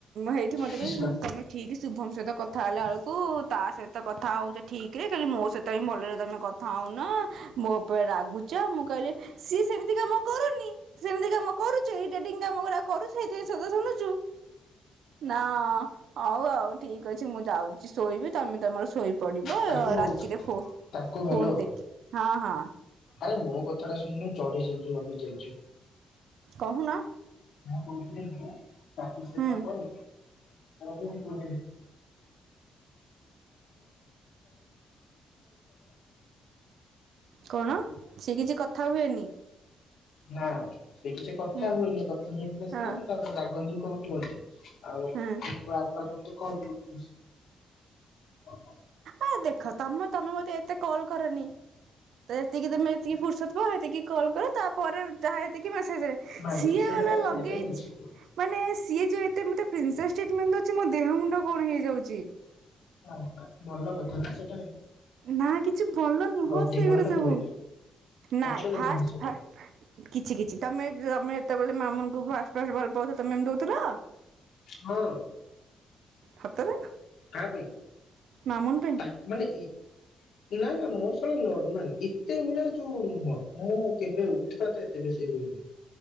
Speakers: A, on the right; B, on the left.
A: ହେଇଠି
B: ହୁଁ
A: ମତେ କହେ
B: ଶୁଣ
A: ମୁଁ ତମ ଠିକ୍ ଶୁଭମ ସହିତ କଥା ହେଲା ଆଳକୁ କୁ ତା ସହିତ କଥା ହଉଚ। କୋଲି ମୋ ସ ତ ଭଲରେ ତମେ କଥା ହଉନ। ମୋ ଉପ ରାଗୁଚ ମୁଁ କହିଲି ସିଏ ସେମିତି କାମ କରୁନି। ସେମିତି କାମ କରୁଛୁ। ଏଇଟା କାମ ଗୁରା କରୁଛୁ ଏଇଥିଁ ପାଇଁ ଶୋଦା ଶୁଣୁଛୁ। ହଁ। ନା। ହଉ ଆଉ ଠିକ୍ ଅଛି। ମୁଁ ଯାଉଛି ଶୋଇବି ତମେ ତମର ଶୋଇ
B: ତାକୁ
A: ରାତିରେ ଫୋ
B: ତାକୁ ହ୍ୟାଲୋ
A: ଫୋନ ଦେଖି ହଁ ହଁ।
B: ଆରେ ମୋ କଥାଟା ଶୁଣୁନୁ। ଚଢି ଚାଲିଛି ଗପି ଚାଲିଚୁ।
A: କହୁନ।
B: କଣ କହୁଥିଲେ କି? ତାକି ସେଇଟା
A: ହୁଁ
B: କର। ମୁଁକ
A: କଣ? ସେ କିଛି କଥା ହୁଏନି?
B: ନାଁ ସେ କିଛି କଥା
A: ହୁଁ
B: ହୁଏନି କଥା ହେଇଥିଲେ ସିନା
A: ହଁ।
B: ମୁଁ ତାପରେ ରାଗିନ୍ତି କଣ କୁହନ୍ତୁ? ଆଉ
A: ହୁଁ
B: ବାରବାର ମତେ କଲ କରୁଛି। ହୁଁ
A: ଆ ଦେଖ ତମେ ତମେ ମୋତେ ଏତେ କଲ୍ କରନି। ତ ଏତିକି ତମେ ଏତିକ ଫୁର୍ସତ ପାଅ ଏତିକି କଲ୍ କର ତାପରେ ଯାହା ଏତିକି ଆଚ୍ଛା ଆଚ୍ଛା
B: ନାଇଁ
A: ସିଏ
B: ନାଇଁ ସେଇଟା
A: ଗଲା
B: ତ
A: ଲଗେଜ୍
B: ସେଇଟା ତ ବୁଝିବ।
A: ମାନେ ସିଏ ଯେ ଏତେ ମୋତେ ପ୍ରିନ୍ସେସ ଟ୍ରିଟମେଣ୍ଟ ଦେଉଛି ମୋ ଦେହ ମୁଣ୍ଡ କଣ ହେଇଯାଉଛି।
B: ହଁ ଭଲ କଥା ନା ସେ
A: ନା କିଛି ଭଲ ନୁହଁ
B: ଅଧିକ
A: ସେ ଗୁରା
B: ହେଲେ
A: ସବୁ
B: ହୁଏ
A: ନାଇଁ
B: ଆକ୍ଚୁଆଲି
A: ଫାଷ୍ଟ
B: ଭଲ ସେଟା
A: ପା କିଛି କିଛି ତମେ ତମେ ତମେ ଯେତେବେଳେ ମାମୁଙ୍କୁ ଫାଷ୍ଟ ଫାଷ୍ଟ ଭଲ ପାଉଥିଲ ତମେ ଏମିତି ହଉଥିଲ।
B: ହଁ।
A: ସତରେ
B: କାହା ପାଇଁ
A: ମାମୁନ ପାଇଁ
B: ତା ମାନେ ଇ ନା ନା ମୋର ସେଇଟା ନର୍ମାଲ ଏତେ ଭଳିଆ ଯୋଉ ନୁହଁ ମୁଁ କେବେ ଉଠିବା ତ ଏତେ ବେଶୀ ହୁଏନି।